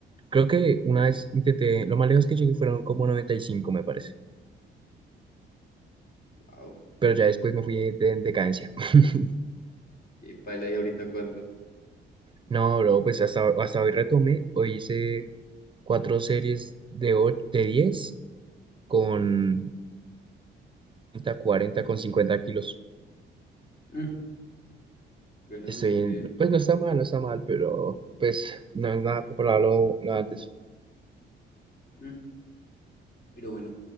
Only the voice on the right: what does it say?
Creo que una vez intenté, lo más lejos que llegué fueron como 95 me parece.
Pero ya después me fui de- en decadencia. <laughs>
No, bro, pues hasta, hasta hoy retomé. Hoy hice cuatro series de, o- de 10, con treinta, cuarenta, con 50 kilos.
Estoy
en-
pues no está mal, no está mal, pero pues no es nada comparable a lo lo antes.